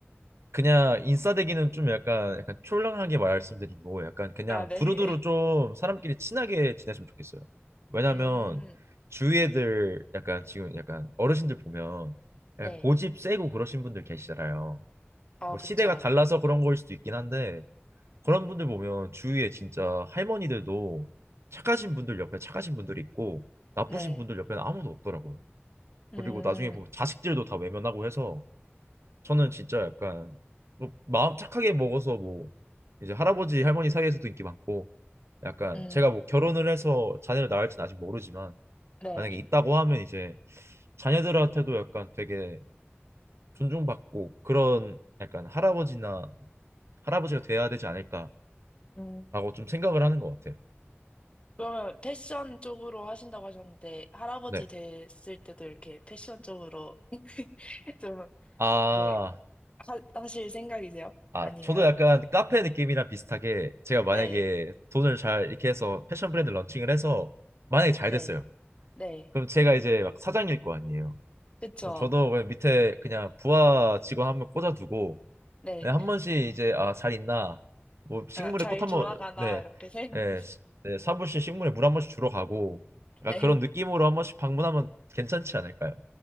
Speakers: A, on the right; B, on the left.
A: 그냥 인싸되기는 좀 약간 약간 촐랑하게 말씀드리고 약간 그냥
B: 아, 네네.
A: 두루두루 좀 사람끼리 친하게 지냈으면 좋겠어요. 왜냐면
B: <laughs> 음,
A: 주위 애들 약간 지금 약간 어르신들 보면 약간
B: 네.
A: 고집 세고 그러신 분들 계시잖아요.
B: 아,
A: 뭐
B: 그쵸.
A: 시대가 달라서 그런 거일 수도 있긴 한데 그런 분들 보면 주위에 진짜 할머니들도 착하신 분들 옆에 착하신 분들이 있고 나쁘신
B: 네.
A: 분들 옆에는 아무도 없더라고요.
B: 음,
A: 그리고 나중에 보면 자식들도 다 외면하고 해서 저는 진짜 약간 뭐 마음 착하게 먹어서 뭐 이제 할아버지 할머니 사이에서도 인기 많고 약간
B: 음,
A: 제가 뭐 결혼을 해서 자녀를 낳을지는 아직 모르지만
B: 네.
A: 만약에 있다고 하면 이제 자녀들한테도 약간 되게 존중받고 그런 약간 할아버지나 할아버지가 돼야 되지 않을까라고
B: 음.
A: 좀 생각을 하는 것 같아요.
B: 그러면 패션 쪽으로 하신다고 하셨는데, 할아버지
A: 네.
B: 됐을 때도 이렇게 패션 쪽으로 <laughs> 좀
A: 아,
B: 이렇게 하, 하실 생각이세요?
A: 아,
B: 아니면,
A: 저도 약간 카페 느낌이랑 비슷하게 제가 만약에
B: 네,
A: 돈을 잘 이렇게 해서 패션 브랜드 런칭을 해서 만약에 잘
B: 네,
A: 됐어요.
B: 네,
A: 그럼 제가 이제 막 사장일 거 아니에요.
B: 그쵸,
A: 저도 그냥 밑에 그냥 부하 직원 한 명 꽂아두고
B: 네,
A: 네, 한 번씩 이제 아, 잘 있나 뭐 식물에
B: 아, 잘
A: 꽃 한번
B: 돌아가나,
A: 네,
B: 이렇게 생각하면서,
A: 네, 시- 네, 사무실 식물에 물 한 번씩 주러 가고
B: <laughs> 네,
A: 약간 그런 느낌으로 한 번씩 방문하면 괜찮지 않을까요?